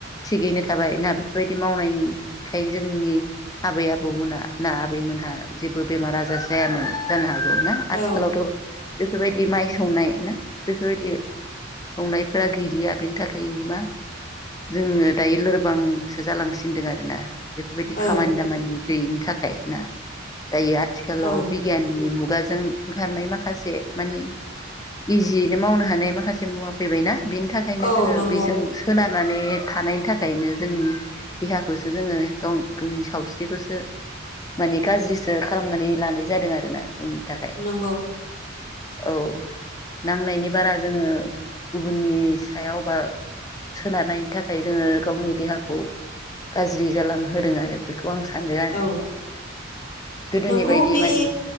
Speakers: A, on the left; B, on the left.
A: थिगैनो थाबाय ना बेफोरबायदि मावनायनि थाखाय जोंनि आबै आबौमोनहा ना आबैमोनहा जेबो बेमार आजार जायामोन जानो हागौ । ना
B: औ
A: आथिखालावथ' बेफोरबायदि माइ संनाय ना बेफोरबायदि संनायफोरा गैलिया बेनि थाखाय मा जोङो दायो लोरबांसो जालांसिनदों आरोना । बेफोरबायदि
B: औ
A: खामानि दामानि गैयिनि थाखाय ना । दायो आथिखालाव
B: औ
A: बिगियाननि मुख । खुगाजों ओंखारनाय माखासे मानि इजियैनो मावनो हानाय माखासे मुवा फैबायना । बिनि थाखायनो
B: औ
A: जोङो
B: नंगौ
A: बेजों सोनार नानै थानायनि थाखायनो जोंनि देहाखौसो जोङो गाव गोंनि सावस्रिखौसो माने गाज्रिसो खालामनानै लानाय जादों आरोना । जों नि थाखाय
B: नंगौ
A: । औ नांनायनि बारा जोङो गुबुननि सायाव बा सोनारनायनि थाखाय जोङो गावनि देहाखौ गाज्रि जाला होदों आरो बेखौ । अ आं सानो आरो
B: औ
A: गोदोनि
B: नंगौ
A: बायदि
B: बे
A: माने